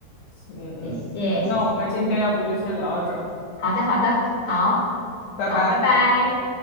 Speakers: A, on the left; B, on the left.
A: 嗯嗯，
B: 谢
A: 那我们今天要不就先聊到这儿，
B: 谢谢谢。好的，好的，好，
A: 拜拜。
B: 好，拜拜。